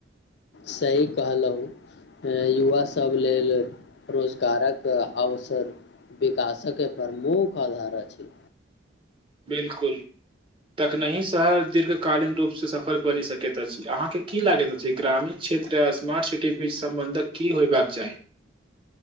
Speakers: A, on the left (about 60°); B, on the right (about 25°).
A: सही कहलहु युवा सभ लेल रोजगारक अव सर विकासक प्रमुख आधार अछि
B: बिलकुल तखनहि शहर दीर्घकालीन रूप सँ सफल बनि सकैत अछि अहाँ के की लागैत अछि ग्रामीण क्षेत्र आ स्मार्ट सिटी बीच सम्बन्धक की होयबाक चाही